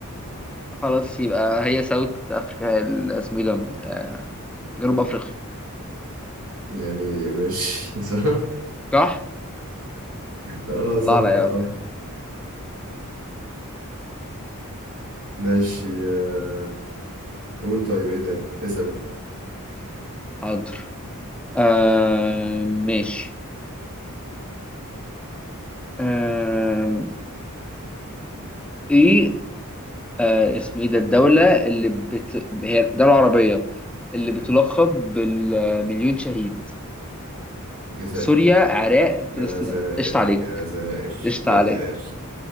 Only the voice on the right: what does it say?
يعني ماشي <laughs> صح
آه
صح
آه
ماشي آه، قول طيب إيه تاني؟ اسأل أنت
الجزائر
جزائر
جزائر
جزائر